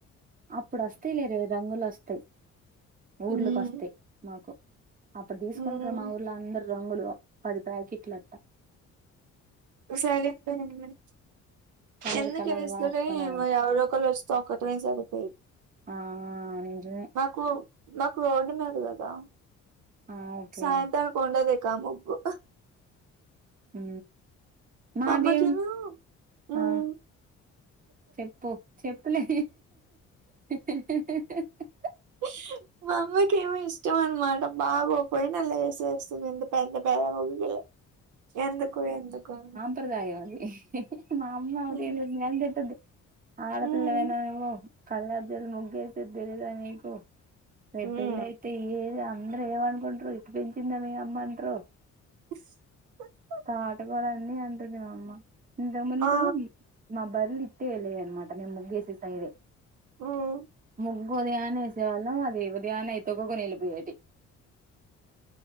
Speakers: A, on the right; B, on the right.
A: అప్పుడు వస్తాయి లేరా రంగులు వస్తాయి్ ఊర్లోకి
B: హ్మ్.
A: వస్తాయి మాకు అప్పుడు తీసుకుంటారు.
B: హ్మ్.
A: మా ఊర్లో అందరుూ రంగులు పది ప్యాకెట్లు అట్లా
B: సరిపోయింది
A: కలర్
B: ఎందుకు
A: కలర్
B: ఎస్తారో
A: వాట్ కలర్
B: ఏమో
A: అని
B: ఎవరో ఒకరు వొచ్చి తొక్కడమే సరిపోయి
A: ఆ నిజమే
B: బ కు మాకు రోడ్డు మీద కదా
A: ఆ ఓకే
B: సాయంత్రాాలకు ఉండదికా ముగ్గు
A: హ మాది
B: మా అమ్మకేమో హ్మ్.
A: ఆ చెప్పు చెప్పులే <unintelligible>
B: వ మా అమ్మకి ఏమో ఇష్టం అనమాట బాగో పోయిన లేసి వేసేస్తుందింత పెద్ద పెేద ముగ్గులు ఎందుకు ఎందుకు
A: సంప్రదాయం అది మా అమ్మ
B: ఉమ్
A: <unintelligible> ఆడపిల్లవేనా
B: ఉమ్
A: నువ్వు కల్లాబ్జల్లి ముగ్గేసేద్దెలియదా నీకు? రేపు
B: ఉమ్.
A: పెళ్లయితే ఏం అందరూ ఏమనుకుంట్రు? ఇట్ట పెంచిందా మీ అమ్మ అంట్రు.
B: స్ హ హ
A: తాటకోలండీ అంటది మా అమ్మ ఇంతకు ముందు
B: ఆ
A: మబ్బ్ బర్లిత్తే ఎల్లాయన్మాట మేం ముగ్గేసే సైడే
B: ఊ ఉ
A: ముగ్గు ఉదయాన్నే ఏసేవాళ్ళం అవి ఉదయాన్నే తొక్కుకొని ఎళ్ళిపోయేటియ్